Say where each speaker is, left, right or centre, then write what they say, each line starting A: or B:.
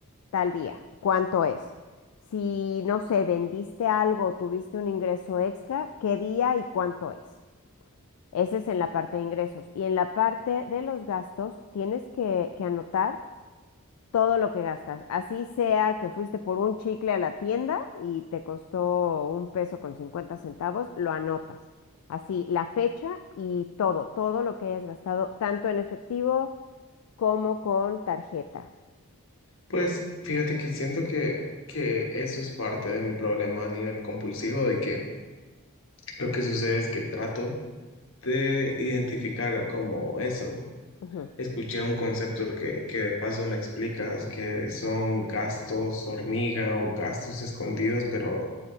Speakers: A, on the left (about 80°); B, on the left (about 60°).
A: tal día, ¿cuánto es? Si, no sé, vendiste algo, tuviste un ingreso extra, ¿qué día y cuánto es? Ese es en la parte de ingresos. Y en la parte de los gastos, tienes que, que anotar todo lo que gastas. Así sea que fuiste por un chicle a la tienda y te costó un peso con 50 centavos, lo anotas. Así, la fecha y todo, todo lo que hayas gastado, tanto en efectivo como con tarjeta.
B: Pues fíjate que siento que, que eso es parte de mi problema a nivel compulsivo, de que lo que sucede es que trato de identificar como eso.
A: Ujú.
B: Escuché un concepto que, que de paso me explicas, que son gastos hormiga o gastos escondidos, pero